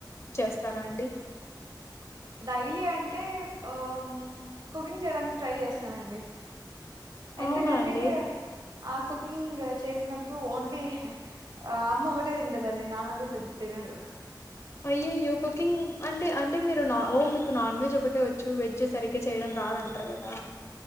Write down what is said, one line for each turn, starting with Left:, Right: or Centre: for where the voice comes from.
Left: చేస్తారా అండి
Right: డైలీ అంటే ఆ కుకింగ్ చేయడానికి ట్రై చేస్తాను తానండి ఎందుకంటే
Left: అవునా అండి
Right: ఆ కుకింగ్ చేసినప్పుడు ఓన్లీ ఆ అమ్మ ఒకటే తింటదండి నాన్న ఒకటి తినడు
Left: అయ్యయ్యో కుకింగ్ అంటే అంటే మీరు నా ఓ మీకు నాన్ వెజ్ ఒకటే వచ్చు వెజ్ సరిగ్గా చేయడం రాదంటారు కదా